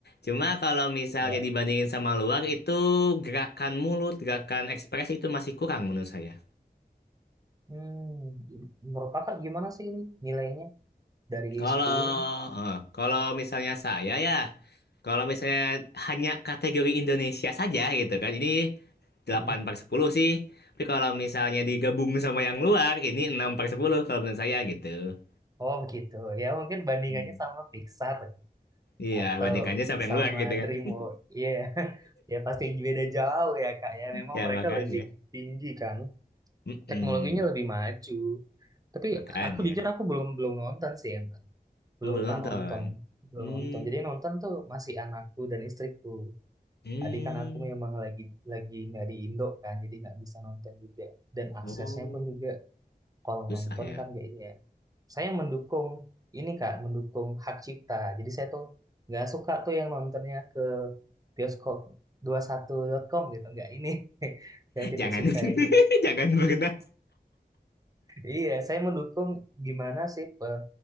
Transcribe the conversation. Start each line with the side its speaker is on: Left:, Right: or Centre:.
Left: Cuma kalau misalnya
Right: Iya.
Left: dibandingin sama luar itu gerakan mulut, gerakan ekspresi itu masih kurang menurut saya.
Right: Hmm, menurut kakak gimana sih ini nilainya dari
Left: Kalau
Right: 10 kan?
Left: eh, kalau misalnya saya ya, kalau misalnya hanya kategori Indonesia saja gitu kan, ini delapan
Right: Mhm.
Left: per sepuluh sih. Tapi kalau misalnya digabung sama yang luar, ini 6 per 10 kalau menurut saya gitu.
Right: Oh begitu. Ya mungkin bandingannya
Left: Hmm.
Right: sama Pixar ya.
Left: Iya,
Right: atau
Left: bandingkannya sama yang
Right: sama
Left: luar gitu
Right: DreamWorks.
Left: kan. <laughs>
Right: Iya. <laughs> Ya pasti beda jauh ya kak ya. Memang
Left: Ya
Right: mereka
Left: makanya.
Right: lebih tinggi kan.
Left: Mm-mm,
Right: Teknologinya lebih maju. Tapi
Left: makanya.
Right: aku jujur aku belum belum nonton sih emang. Belum
Left: Oh, belum
Right: pernah
Left: nonton.
Right: nonton. Belum
Left: Hmm,
Right: nonton. Jadi yang nonton tuh masih anakku dan istriku.
Left: hmm.
Right: Adik kan aku memang lagi lagi nggak di Indo kan, jadi nggak bisa nonton juga. Dan aksesnya
Left: Oh,
Right: pun juga kalau
Left: susah
Right: nonton
Left: ya.
Right: kan
Left: <laughs>
Right: kayak ini ya. Saya mendukung ini Kak, mendukung hak cipta. Jadi saya tuh nggak suka tuh yang nontonnya ke bioskop dua puluh satu dot com gitu, nggak ini. <laughs> Saya tidak
Left: Jangan,
Right: suka yang kayak
Left: <laughs>
Right: gitu.
Left: jangan berkenas.
Right: Iya, saya mendukung gimana sih eh,